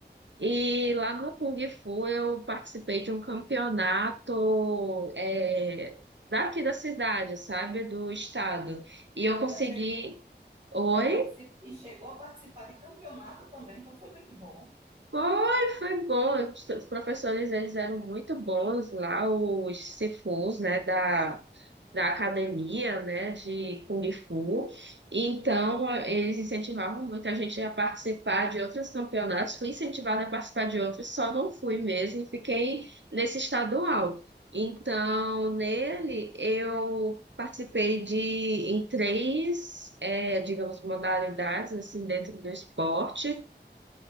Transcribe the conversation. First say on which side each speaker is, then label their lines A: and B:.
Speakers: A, on the right; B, on the right.
A: E
B: já,
A: lá no Kung Fu eu participei de um campeonato eh, daqui da cidade, sabe? Do estado. E eu consegui.
B: já chegou
A: Oi?
B: a participar, e chegou a participar de campeonato também, então foi muito bom.
A: Foi, foi bom. Os os professores, eles eram muito bons lá, os Sifus, né, da, da academia, né, de Kung Fu. Então, eh, eles incentivavam muito a gente a participar de outros campeonatos. Fui incentivada a participar de outros, só não fui mesmo e fiquei nesse estadual. Então, nele, eu participei de, em três, eh, digamos, modalidades, assim, dentro do esporte.